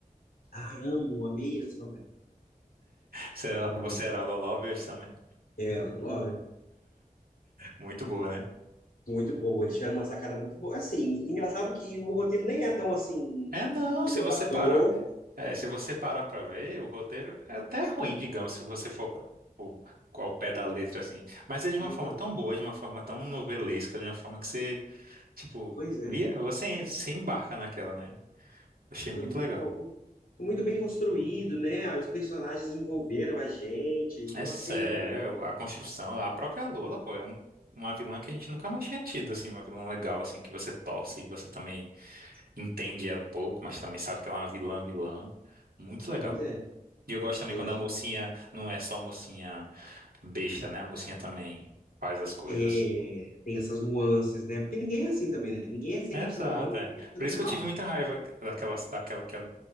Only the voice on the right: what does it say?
Você era,
você era Lala Lovers também?
Muito boa, né?
É, não,
se você parar. É, se você parar pra ver, o roteiro é até ruim, digamos, se você for pro- ao pé da letra, assim. Mas é de uma
forma tão boa, de uma forma tão novelesca, de uma forma que você, tipo,
via,
você, você embarca naquela, né? Achei muito
legal.
É sério,
a construção, a própria Lola, pô, é um- uma vilã que a gente nunca mais tinha tido, assim, uma vilã legal, assim, que você torce e você também entende ela um pouco, mas também sabe que ela é uma vilã, vilã. Muito legal,
pô. E eu gosto também
quando
a mocinha não é só mocinha besta, né? A mocinha também faz as coisas.
É, exato,
é.
Por
isso que
eu tive muita raiva daquela, daquela que é,